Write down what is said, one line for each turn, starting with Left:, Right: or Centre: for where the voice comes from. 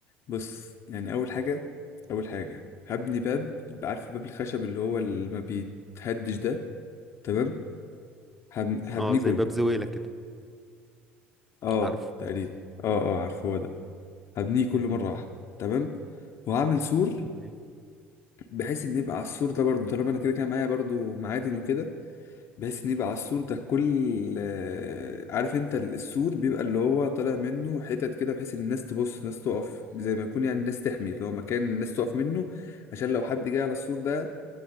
Left: بص يعني اول حاجه اول حاجه هبني باب عارف الباب الخشب اللي هو اللي ما بيتهدش ده تمام هبن- هبنيه
Centre: اه زي
Left: كله
Centre: باب زويلة كده
Left: اه
Centre: عارفه
Left: تقريبا اه اه عارف هو ده هبنيه كله مره واحده تمام وهعمل سور
Centre: تمام
Left: بحيث ان يبقى على السور ده برضو طالما انا كده كده معايا برضو معادن وكده بحيث ان يبقى على السور ده كل آه، عارف انت ال- السور بيبقى اللي هو طالع منه حتت كده بحيث ان الناس تبص الناس تقف زي ما يكون يعني الناس تحمي اللي هو مكان الناس تقف منه عشان لو حد جه على السور ده